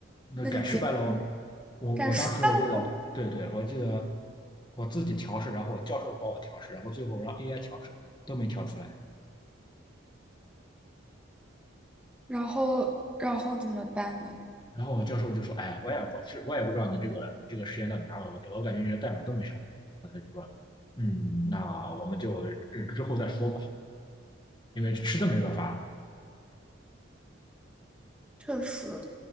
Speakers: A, on the left; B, in the centre.
A: 那改失败了我
B: 那个结果
A: 我我当时我记得对对，
B: 改失败
A: 我记得我自己调试，然后我教授帮我调试，然后最后让 AI 调试都没调出来，
B: 然后然后怎么办呢？
A: 然后我教授就说，哎呀，我也我是我也不知道你这个你这个实验到底哪有问题，我感觉你的代码都没啥问题，然后他就说，嗯，那我们就之后再说吧，因为实在没办法了。
B: 确实，